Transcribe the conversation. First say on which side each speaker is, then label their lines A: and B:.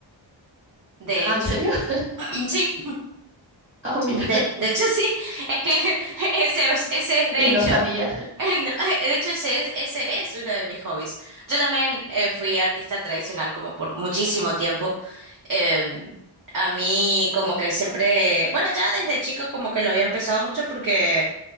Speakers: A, on the right; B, on the right.
A: <laughs> de
B: Ah,
A: hecho.
B: ¿en serio? <laughs>
A: Mm, Sí,
B: Ah, mira,
A: mm, de, de hecho sí, es que <laughs> ese, es- ese es de
B: y
A: hecho,
B: no sabía.
A: <laughs> no, de hecho ese es, ese es uno de mis hobbies. Yo también eh, fui artista tradicional como por muchísimo tiempo. Eh, a mí como que siempre, bueno, ya desde chico como que lo había empezado mucho porque